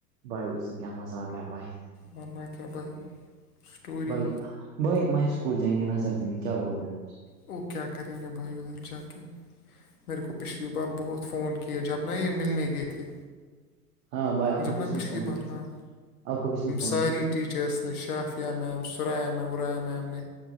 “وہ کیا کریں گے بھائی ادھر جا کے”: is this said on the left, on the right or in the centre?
Left